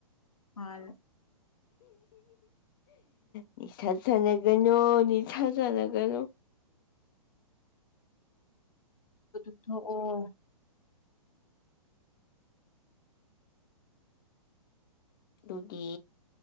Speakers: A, on the left; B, on the left.
A: ꯃꯥꯜꯂꯦ
B: ꯅꯤꯁꯥ ꯁꯥꯟꯅꯒꯅꯣ ꯅꯤꯁꯥ ꯁꯥꯟꯅꯒꯅꯣ
A: ꯑꯗꯨ ꯊꯛꯑꯣ
B: ꯑꯗꯨꯗꯤ